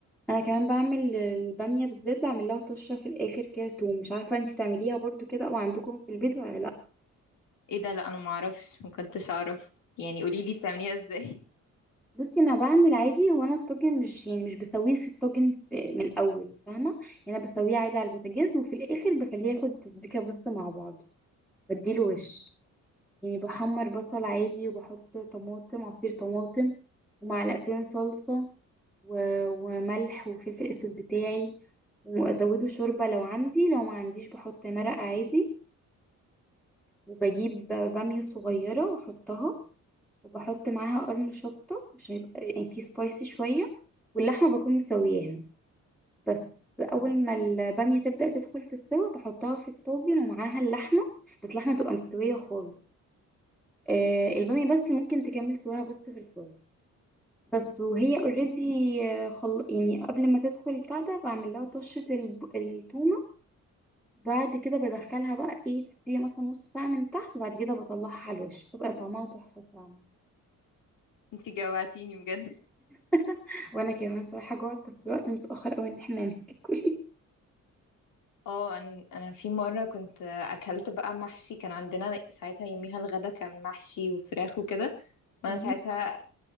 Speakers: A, in the centre; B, on the left.
A: انا كمان بعمل الباميه بالذات بعمل لها طشه في الاخر كده توم مش عارفه انتي بتعمليها برضو كده او عندكم في البيت ولا لا
B: إيه ده! لأ، أنا ما أعرفش، ما كنتش أعرف، يعني قولي لي بتعمليها إزاي؟
A: بصي انا بعمل عادي هو انا الطاجن مش يعني مش بسويه في الطاجن في- من الاول فاهمه يعني انا بسويه عادي على البوتاجاز وفي الاخر بخليه ياخد تسبيكه بس مع بعضه بديله وش يعني بحمر بصل عادي وبحط طماطم عصير طماطم ومعلقتين صلصه و... وملح وفلفل اسود بتاعي وازوده شوربه لو عندي لو ما عنديش بحط مرقه عادي وبجيب بامية صغيرة واحطها وبحط معاها قرن شطة عشان يبقى يعني في سبايسي شوية واللحمة بكون مسوياها بس أول ما البامية تبدأ تدخل في السوا بحطها في الطاجن ومعاها اللحمة بس اللحمة تبقى مستوية خالص آه البامية بس اللي ممكن تكمل سواها بس في الفرن بس وهي اوريدي خل... يعني قبل ما تدخل البتاع ده بعمل لها طشة الب... التومة بعد كده بدخلها بقى ايه تستوي مثلا نص ساعة من تحت وبعد كده بطلعها على الوش بتبقى طعمها تحفة فعلا
B: انتي جوعتيني بجد
A: <laughs> وانا كمان صراحة جوعت بس الوقت متأخر قوي ان احنا ناكل
B: اه انا انا في مره كنت اكلت بقى محشي كان عندنا ساعتها يوميها الغدا كان محشي وفراخ وكده وانا
A: مهم.
B: ساعتها